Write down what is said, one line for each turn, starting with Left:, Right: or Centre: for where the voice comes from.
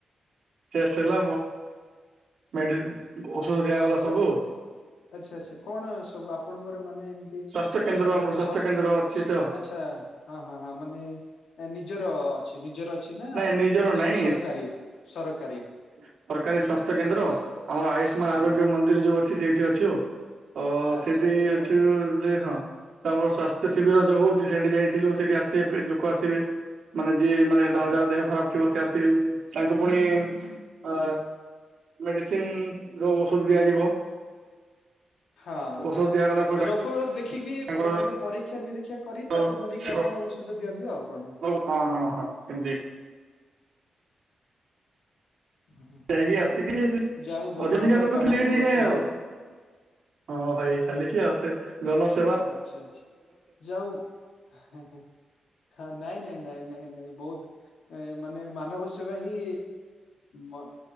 Right: ଟେଷ୍ଟେ ହେଲା ମାନେ ଔଷଧ ଦିଆଗଲା
Left: କ
Right: ସବୁ
Left: ଆଚ୍ଛା ଆଚ୍ଛା କଣ ସବୁ ଆପଣଙ୍କର ମାନେ ଏମିତି ଏ
Right: ସ୍ୱାସ୍ଥ୍ୟ କେନ୍ଦ୍ର
Left: ଏ
Right: ଆମର
Left: ଏ
Right: ସ୍ୱାସ୍ଥ୍ୟ
Left: ସ ଅପ
Right: କେନ୍ଦ୍ର ଅଛି
Left: ସ
Right: ତ
Left: ଆଛା ହଁ ହଁ ହଁ ମାନେ ନିଜର ଅଛି ନିଜର ଅଛି ନା
Right: ନାଇଁ ନିଜର
Left: କୌଣସି
Right: ନାଇଁ
Left: ସରକାରୀ ସରକାରୀ
Right: ସରକାରୀ ସ୍ୱାସ୍ଥ୍ୟ
Left: ସରକାରୀ
Right: କେନ୍ଦ୍ର ଆମର ଆୟୁଷ୍ମାନ
Left: ହଁ
Right: ଆରୋଗ୍ୟ
Left: ହଁ
Right: ମ ନ୍ତ୍ରି ଯୋଉ ଅଛି ସେଇଠି ଅଛୁ ତ
Left: ଆଚ୍ଛା
Right: ସେଠି
Left: ଆଚ୍ଛା
Right: ଅଛୁ
Left: ତାହେଲେ
Right: ରେ ହଁ ତା ବସ ସ୍ୱାସ୍ଥ୍ୟ ଶିବିର
Left: ଉଁ,
Right: ଯୋଉ ହଉଚି ସେଠି ଯାଇଥିଲୁ ସେଠି ଆସିବେ ଲୋକ ଆସିବେ ମାନେ ଯିଏ ମାନେ
Left: ହଁ
Right: ଦା
Left: ହଁ।
Right: ଯା ଦେହ ଖରାପ୍ ଥିବ ସେ ଆସିବେ ତାଙ୍କ ପୁଣି ଆ ମେଡିସିନି ର ଔଷଧ ଦିଆଯିବ
Left: ହଁ
Right: ଔଷଧ ଦିଆଗଲା ପରେ
Left: ରୋଗ ଦେଖିକି
Right: ତାଙ୍କର
Left: ମାନେ ପରୀକ୍ଷା ନିରୀକ୍ଷା କରି
Right: ହଁ
Left: ତାକୁ ଧରିକି ଆପଣ
Right: ରହ
Left: ଔଷଧ ଦିଅନ୍ତି ଆଉ କଣ
Right: ହଁ ହଁ ହଁ ଏମିତି
Left: ହଁ, ହଁ।
Right: ଯାଇକି ଆସିକି
Left: ଆ, ଯାହା ହଉ ବହୁତ
Right: ଅଧିକା
Left: ବଢିଆ
Right: ଲୋକ
Left: କାମଟେ
Right: ଥିଲେ ଟିକେ
Left: କରୁଛନ୍ତି
Right: ଲେଟ୍ ହେଇଯାଏ ଆଉ ହଁ ଭାଇ ଚାଲିଛି ଆଉ ସେ ଜନ ସ
Left: ଆଚ୍ଛା ଆଚ୍ଛା ଯାଉ ହେଉ ହ ନାଇଁ ନାଇଁ ନାଇଁ ନାଇଁ ନାଇଁ ବଉତ ଏ ମାନେ ମାନବ ସେବା ହିଁ ମ